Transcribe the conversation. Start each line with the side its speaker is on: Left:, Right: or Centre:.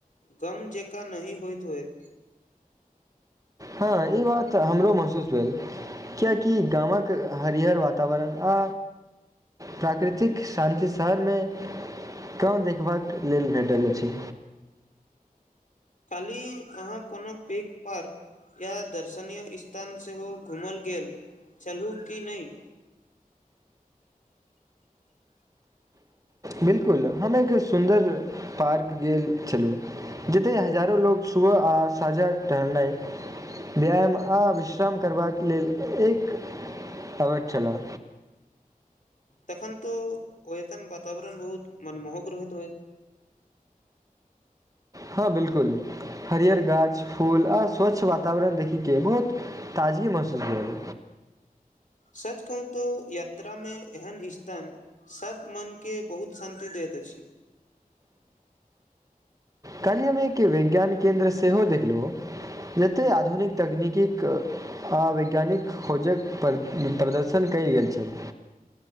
Left: गम जका नहि होइत होएत।
Right: हँ, ई बात हमरो महसूस भेल, कियाकि गामक हरहर वातावरण आ प्राकृतिक शान्ति शहरमे कम देखबाक लेल भेटल अछि।
Left: काल्हि अहाँ कोनो पैक पार्क या दर्शनीय स्थान सेहो घूमल गेल छलूँ कि नहि।
Right: बिलकुल, हम एक सुन्दर पार्क गेल छलहुँ, जतय हजारो लोकोग सुबह आ सझा टहलनाइ व्यायाम आ विश्राम करबाक लेल एक अबैत छलह।
Left: तखन तऽ ओ एतन वातावरण बहुत मनमोहक रह होत ह।
Right: हँ बिल्कुल, हरियर गाछ, फूल आ स्वच्छ वातावरण देखये बहुत ताजगी महसूस भेल।
Left: सच कहू तऽ यात्रा मे एहन स तन सभ मन के बहुत शान्ति दैत अछि।
Right: काल्हि हम एक विैज्ञान केन्द्र सेहो देखलहुँ, जतेक आधुनिक तकनीकीक आ वैज्ञानिक खोजक प्र प्रदर्शन कयल गेल छल।